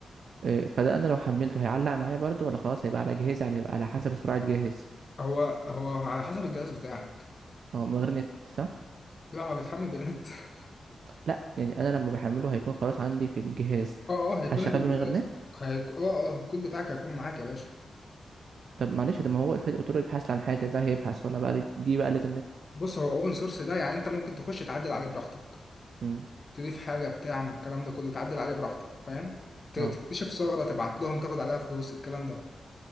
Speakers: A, on the right; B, on the left.
A: آه، فده انا لو حملته هيعلق معايا برضو ولا خلاص هيبقى على جهازي يعني هيبقى على حسب سرعة جهاز
B: هو هو على حسب الجهاز بتاعك
A: اه من غير نت صح
B: لا هو بيتحمل بنات <laughs>
A: لا يعني انا لما بحمله هيكون خلاص عندي في الجهاز
B: اه اه هيكون
A: هشغل
B: ال
A: بيه من غير نت
B: هيك... اه اه الكود بتاعك هيكون معاك يا باشا
A: طب معلش ده ما هو افرض قلت له يبحث لي عن حاجة ده هيبحث ولا بقى لي- دي بقى لازم نت
B: بص هو اوبن سورس ده يعني انت ممكن تخش تعدل عليه براحتك
A: مم.
B: تضيف حاجة بتاع من الكلام ده كله تعدل عليه براحتك فاهم ت-
A: اه
B: تكتشف ثغرة تبعت لهم تاخد عليها فلوس الكلام ده